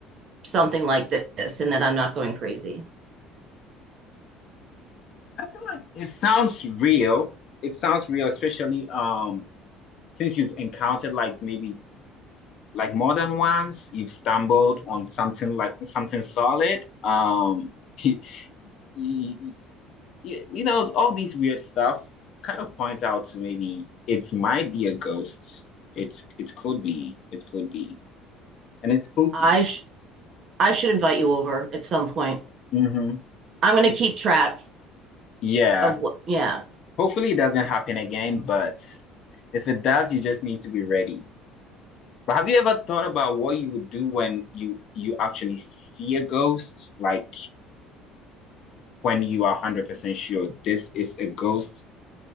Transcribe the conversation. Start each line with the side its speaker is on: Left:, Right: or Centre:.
Right: something like this and that I'm not going crazy.
Left: I feel like it sounds real. It sounds real, especially um since you've encountered like maybe like more than once, you've stumbled on something like something solid. Um, <laughs> you, you, you know, all these weird stuff kind of point out to maybe it might be a ghost. It's it could be, it could be, and it's spooky.
Right: I sh- I should invite you over at some point.
Left: hmm
Right: I'm going
Left: It's
Right: to keep track
Left: yeah.
Right: of what yeah.
Left: Hopefully, it doesn't happen again, but if it does, you just need to be ready. But have you ever thought about what you would do when you you actually see a ghost? Like when you are 100% sure this is a ghost,